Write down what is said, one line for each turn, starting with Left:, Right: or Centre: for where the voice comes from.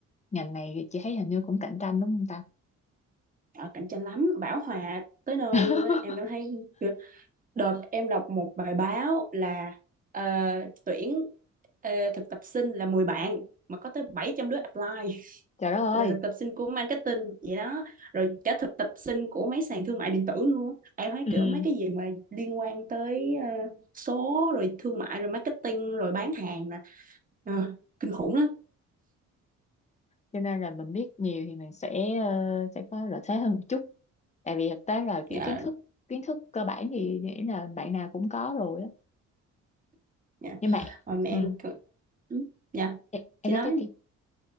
Left: ngành này chị thấy hình như cũng cạnh tranh đúng không ta
Right: Ờ, cạnh tranh lắm bão hòa tới nơi
Left: <laughs>
Right: luôn á em cảm thấy Đợt em đọc một bài báo là ờ, tuyển ờ, thực tập sinh là 10 bạn mà có tới 700 đứa apply <laughs>
Left: trời đất ơi
Right: là thực tập sinh của marketing vậy đó rồi cả thực tập sinh của mấy sàn thương mại điện tử luôn em thấy
Left: Ừ.
Right: kiểu mấy cái gì mà liên quan tới ờ, số rồi thương mại rồi marketing rồi bán hàng là ờ, kinh khủng lắm
Left: Cho nên là mình biết nhiều thì mình sẽ ờ, sẽ có lợi thế hơn một chút. Tại vì thực tế là kiểu
Right: dạ
Left: kiến thức kiến thức cơ bản thì nghĩ là bạn nào cũng có rồi á.
Right: dạ
Left: Nhưng mà
Right: rồi mẹ
Left: ừ.
Right: em cứ- ừ, dạ
Left: Em, em
Right: chị
Left: nói
Right: nói
Left: tiếp đi.